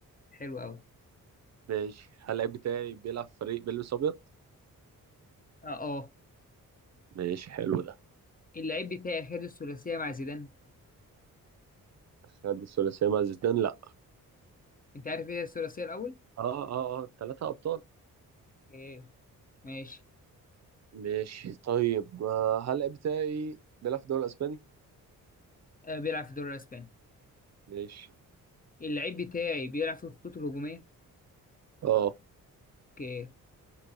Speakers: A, on the left; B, on the right.
A: حلو قوي
B: ماشي هل اللعيب بتاعي بيلعب في فريق بيلبس ابيض؟
A: اه اه
B: ماشي حلو ده
A: اللعيب بتاعي خد الثلاثية مع زيدان
B: خد الثلاثية مع زيدان لا
A: انت عارف ايه هي الثلاثيه الاول
B: اه اه اه ثلاثة ابطال
A: اوكي ماشي
B: ماشي طيب آه. هل اللعيب بتاعي بيلعب في الدوري الاسباني؟
A: آه بيلعب في الدوري الاسباني
B: ماشي
A: اللعيب بتاعي بيلعب في الخطوط الهجوميه
B: اه
A: اوكي